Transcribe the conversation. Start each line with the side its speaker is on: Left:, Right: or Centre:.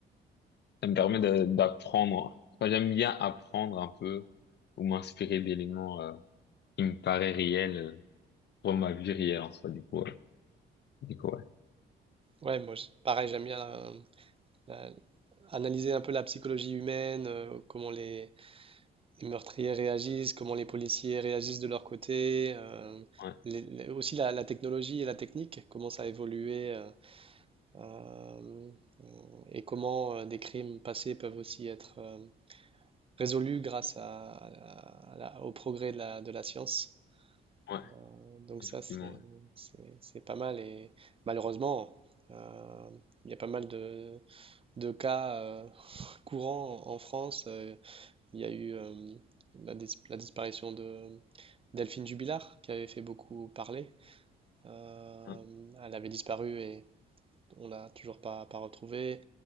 Left: Ça me permet de- d'apprendre. Enfin, j'aime bien apprendre un peu ou m'inspirer d'éléments euh, qui me paraissent réels euh, pour ma vie réelle en soi. Du coup, ouais. Du coup, ouais.
Right: Ouais, moi, je- pareil, j'aime bien euh, la- analyser un peu la psychologie humaine, euh, comment les, les meurtriers réagissent, comment les policiers réagissent de leur côté, euh,
Left: Ouais,
Right: les- les- aussi la, la technologie et la technique, comment ça a évolué euh, euh, et comment euh, des crimes passés peuvent aussi être euh, résolus grâce à- à la- au progrès de la, de la science.
Left: ouais,
Right: Euh, donc
Left: effectivement.
Right: ça, c'est, c'est- c'est pas mal et malheureusement, euh, il y a pas mal de, de cas euh, <laughs> courants en, en France. Euh, il y a eu euh, la dis- la disparition de Delphine Jubilard, qui avait fait beaucoup parler. Euh,
Left: ouais.
Right: elle avait disparu et on l'a toujours pas, pas retrouvée.